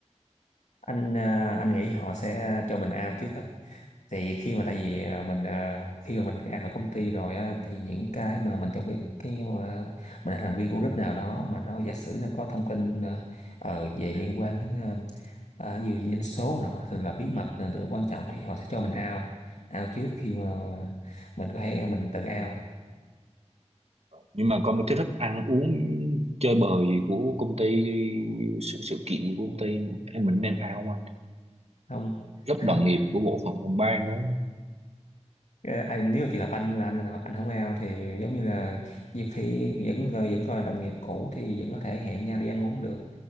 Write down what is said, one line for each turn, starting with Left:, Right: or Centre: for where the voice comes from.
Left: anh ờ, anh nghĩ họ sẽ cho mình out trước á thì khi mà tại vì ờ, mình ờ, khi mà mình out ở công ty rồi á thì những cái mà mình trong cái cái mà mình là thành viên của group nào đó mà nó giả sử nó có thông tin ờ, ờ, về liên quan đến ờ, à, dù gì anh số nọ thường là bí mật là điều quan trọng thì họ sẽ cho mình out out trước khi mà mình có thể mình tự out
Right: nhưng mà có một cái thức ăn uống chơi bời của công ty sự sự kiện của công ty em mình nên ao anh
Left: không
Right: rất
Left: <laughs>
Right: đồng
Left: không
Right: nghiệp của bộ phận phòng ban đó
Left: Ờ, à, nếu trường hợp anh là anh anh không ao thì giống như là nhiều khi vẫn ờ, vẫn còn là đồng nghiệp cũ thì vẫn có thể hẹn nhau đi ăn uống được